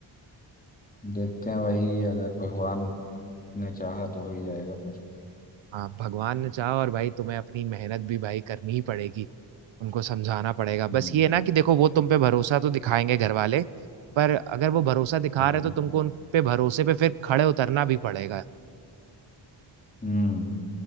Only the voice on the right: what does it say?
हाँ भगवान ने चाहा और भाई तुम्हें अपनी मेहनत भी भाई करनी ही पड़ेगी उनको समझाना पड़ेगा बस
ये है ना कि देखो वो तुम पे भरोसा तो दिखाएंगे घर वाले पर अगर वो भरोसा दिखा
रहे तो तुमको उन पे भरोसे पे फिर खड़े उतरना भी पड़ेगा